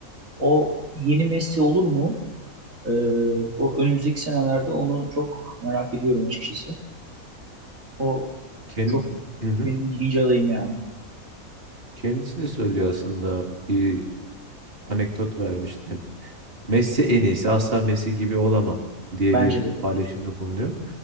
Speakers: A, on the right; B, on the right.
A: O yeni Messi olur mu? E, o önümüzdeki senelerde onu çok merak ediyorum açıkçası. O
B: Ken,
A: çok
B: Hı hı.
A: benim birinci adayım yani.
B: Kendisi de söylüyor aslında bir anekdot vermişti. Messi en iyisi asla Messi gibi olamam diye
A: Bence
B: bir
A: de.
B: paylaşımda bulunuyor.